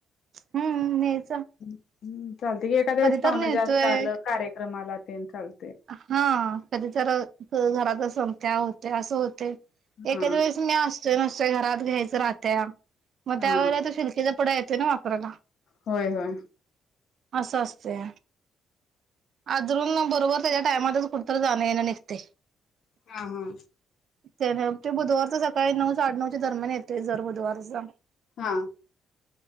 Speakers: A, on the right; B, on the left.
A: हम्म हेच
B: हम्. हम्म. चालते की एका दिवस पाहन
A: तर नेतोय
B: जास्त आलं कार्यक्रमाला. चाल.
A: हा कधी तर घरात असम त्या होत. ते असं होते.
B: हा
A: एकाद वेळेस मी असतोय मत. घरात घ्यायचं राहत. मग त्या
B: हा
A: वळेला शिल्कचा य ना. वापरायला
B: होय हो.
A: असं असते आजरून बरोबर. त्याच्या टायमच कुतं जा आहे. ते
B: हा हा
A: तर. ते बुधवार च सळी नऊ साडे नऊ दर्मन येत. जर बुधवारचा
B: हा.